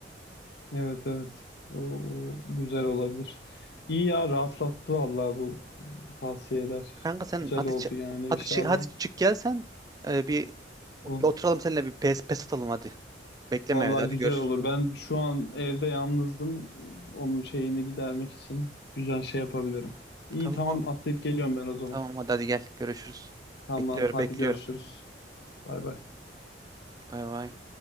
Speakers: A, on the left (about 65°); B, on the right (about 20°).
A: Evet evet. O, o güzel olabilir. İyi ya rahatlattı vallahi bu tavsiyeler.
B: Kanka sen
A: Güzel
B: hadi
A: oldu
B: çı-
A: yani
B: hadi
A: inşallah.
B: çı- hadi çık gel sen Ee, bir,
A: Bu
B: bir oturalım seninle bir pes pes atalım hadi. Bekleme
A: vallahi
B: evde hadi
A: güzel
B: görüş.
A: olur. Ben şu an evde yalnızdım. Onun şeyini gidermek için güzel şey yapabilirim. İyi
B: Tamam
A: tamam
B: o-
A: atlayıp geliyorum ben o zaman.
B: tamam hadi hadi gel görüşürüz.
A: Tamam
B: Bekliyorum
A: hadi
B: bekliyorum.
A: görüşürüz. Bay bay.
B: Bay bay.